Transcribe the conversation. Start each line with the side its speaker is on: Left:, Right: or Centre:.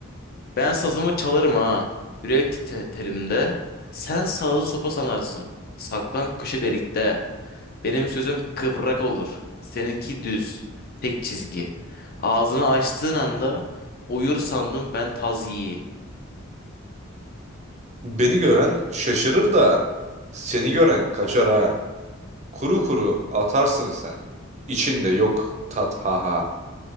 Left: Ben sazımı çalarım ha. Yürek titelimde. Sen sazı sopa sanarsın. Saklan köşe delikte. Benim sözüm kıvrak olur. Seninki düz. Tek çizgi. Ağzını açtığın anda uyur sandım ben taz yiği.
Right: Beni gören şaşırır da seni gören kaçar ha. Kuru kuru atarsın sen. İçinde yok tat ha ha.